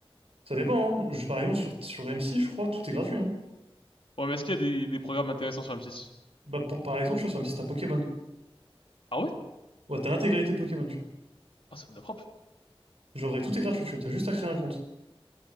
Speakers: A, on the right; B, on the left.
A: Ça dépend, hein. Je- par exemple, sur, sur M6, je crois, tout est gratuit, hein.
B: Ouais, mais est-ce qu'il y a des, des programmes intéressants sur m six
A: Bah, pour- par exemple, tu vois, sur M6, t'as Pokémon.
B: Ah ouais?
A: Ouais, t'as l'intégralité Pokémon, tu vois.
B: Ah, c'est de la propre
A: Genre, et tout est gratuit, tu vois, t'as juste à créer un compte.